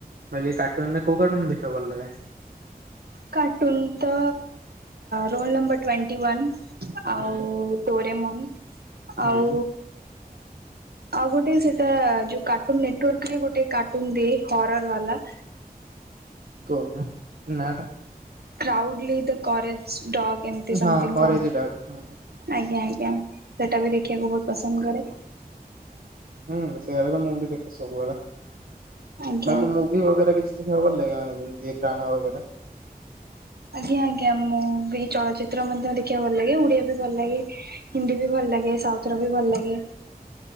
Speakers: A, on the right; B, on the right.
A: ବାକି କାଟୁନ୍ ରେ କଉ କାଟୁନ୍ ଦେଖିବାକୁ ଭଲ୍‌ ଲାଗେ?
B: କାଟୁନ୍‌ ତ ରୋଲ୍ ନମ୍ବର୍ ଟ୍ୱଣ୍ଟି ୱାନ୍‌। ଆଉ
A: ହୁଁ
B: ଡୋରେମନ୍
A: ହୁଁ
B: ଆଉ ଆଉ ଗୋଟେ ସେଟା ଯଉ କା ନେଟୱାର୍କ ରେ ଗୋଟେ କାର୍ଟୁନ ଦିଏ ହରର୍ ବାଲା।
A: <inaudible> ନାଟା
B: କ୍ରାଉଡ୍‌ଲି ଦ କରେଜ୍‌ ଡ଼ଗ୍ ଏମ୍ତି ସମ୍‌ଥିଙ୍ଗ୍
A: ହଁ କରେଜି
B: କ'ଣ।
A: ଡଗ ହୁଁ।
B: ଆଜ୍ଞା ଆଜ୍ଞା, ସେଟା ବି ଦେଖିବାକୁ ବହୁତ୍ ପସନ୍ଦ୍ କରେ।
A: ହୁଁ, ସେରା ତ ମୁଁ ବି ଦେଖେ ସବୁବେଳେ
B: ଆଜ୍ଞା।
A: ବାକି ଦି ବଗେରା କିଛି ଥିଲେ ଆଉ ଭଲ ଲାଗିବନି ଡ୍ରାମା ବାଗେରା।
B: ଆଜ୍ଞା ଆଜ୍ଞା ମୁଁ ବି ଚଳଚିତ୍ର ମଧ୍ୟ ଦେଖିବାକୁ ଭଲ ଲାଗେ ଓଡିଆ ବି ଭଲ ଲାଗେ। ହିନ୍ଦୀ ବି ଭଲ ଲାଗେ ସାଉଥ ର ବି ଭଲ ଲାଗେ।